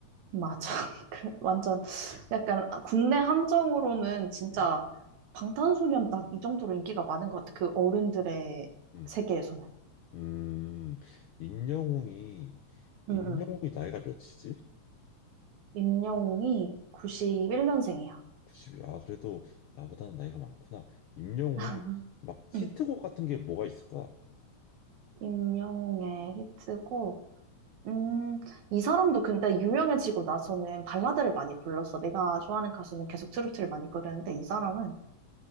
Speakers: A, on the right; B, on the left.
A: 맞아. <laughs> 그래, 완전 약간 국내 함정으로는 진짜
B: 음.
A: 방탄소년단 이 정도로 인기가 많은 것 같아. 그 어른들의
B: 음.
A: 세계에서는.
B: 음. 임영웅이 임영웅이
A: 응, 응.
B: 나이가 몇이지?
A: 임영웅이 91년생이야.
B: 9이 아, 그래도 나보다는 나이가 많구나. 임영웅이
A: 응.
B: 막 히트곡
A: 응.
B: 같은 게 뭐가 있을까?
A: 임영웅의 히트곡. 음, 이 사람도 근데 유명해지고 나서는 발라드를 많이 불렀어. 내가 좋아하는 가수는 계속 트로트를 많이 부르는데 이 사람은
B: 음.